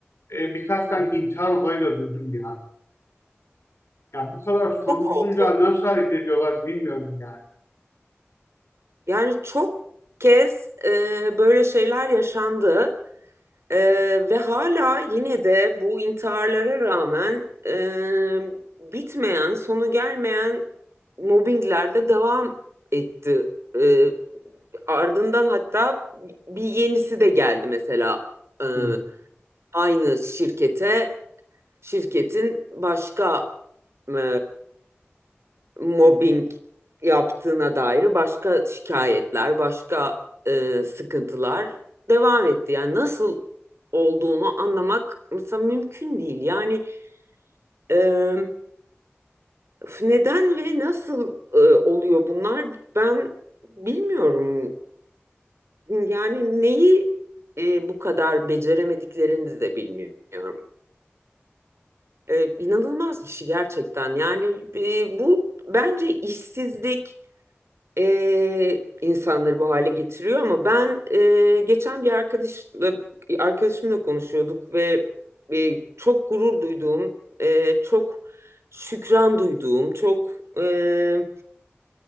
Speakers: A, on the left; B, on the right.
A: e, birkaç tane
B: Hı hı.
A: intihar olayı da duydum ya. Ya bu kadar sorumsuzca
B: Çok oldu.
A: nasıl hareket ediyorlar bilmiyorum yani.
B: Yani çok kez e, böyle şeyler yaşandı E, ve hala yine de bu intiharlara rağmen e, bitmeyen, sonu gelmeyen mobbingler de devam etti. E, ardından hatta bir yenisi de geldi mesela e,
A: Hı.
B: aynı şirkete şirketin başka e, mobbing yaptığına dair başka şikayetler, başka e, sıkıntılar devam etti. Yani nasıl olduğunu anlamak mesela mümkün değil. Yani e, Neden ve nasıl e, oluyor bunlar ben bilmiyorum. Yani neyi e, bu kadar beceremediklerini de bilmiyorum. Ee, inanılmaz bir şey gerçekten. Yani e, bu bence işsizlik e, insanları bu hale getiriyor ama ben e, geçen bir arkadaşla arkadaşımla konuşuyorduk ve e, çok gurur duyduğum, e, çok şükran duyduğum, çok e,